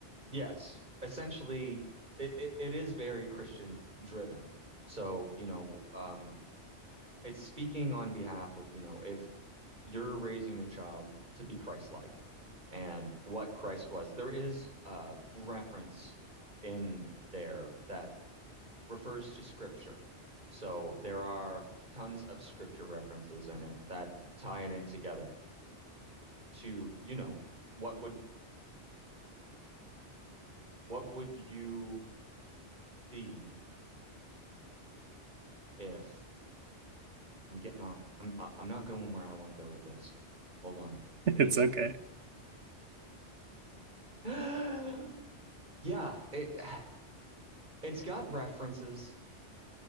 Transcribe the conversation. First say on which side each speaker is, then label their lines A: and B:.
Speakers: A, on the right; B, on the right.
A: yes. Essentially it it, it is very Christian driven. So, you know, um it's speaking on behalf of, you know, if you're raising your child to be Christ-like and what Christ was. There is a reference in there that refers to scripture. So there are tons of scripture references in it that tie it in together to, you know, what would what would you be if I'm getting off. I'm I- am i am not going where I want to go with this. Hold on.
B: <laughs>
A: Give
B: It's
A: me a second.
B: okay.
A: <laughs> Yeah, it, it's got references